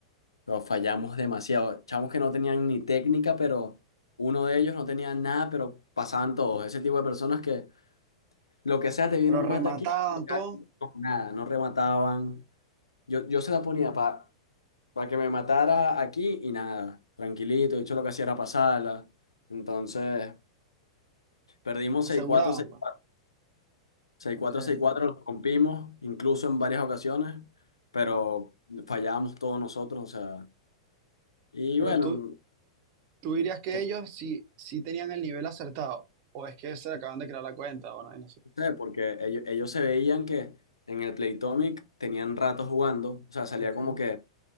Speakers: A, on the left (about 85°); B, on the right (about 45°).
A: pero fallamos demasiado. Chamos que no tenían ni técnica, pero uno de ellos no tenía nada, pero pasaban todos. Ese tipo de personas que lo que sea, te viene
B: Pero
A: un
B: remataban
A: mata aquí,
B: todo,
A: no, nada, no remataban. Yo, yo se la ponía para para que me matara aquí y nada, tranquilito, de hecho lo que hacía era pasarla. Entonces, perdimos
B: aseguraban,
A: seis cuatro seis
B: pues.
A: 4 6-4,
B: Ok.
A: 6-4, los rompimos, incluso en varias ocasiones, pero fallábamos todos nosotros, o sea, y
B: Pero
A: bueno,
B: tú, ¿Tú dirías que
A: que
B: ellos sí, sí tenían el nivel acertado? ¿O es que se le acaban de crear la cuenta? Bueno, no sé.
A: no sé, porque ellos, ellos se veían que en el Playtomic tenían rato jugando, o sea, salía
B: Ok.
A: como que